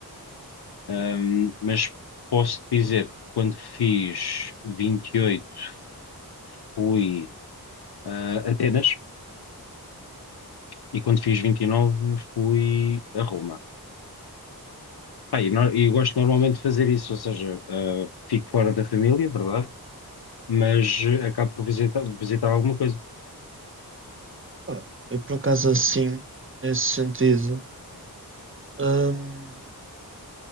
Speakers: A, on the left; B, on the right.
A: Ahm, mas posso dizer que quando fiz 28 fui a Atenas <clears throat> e quando fiz 29 fui a Roma. Pá, e no- e gosto normalmente de fazer isso, ou seja, ah, fico fora da família, é verdade, mas eh, acabo por visitar, visitar alguma coisa.
B: Pá, eu por acaso assim, nesse sentido. hum,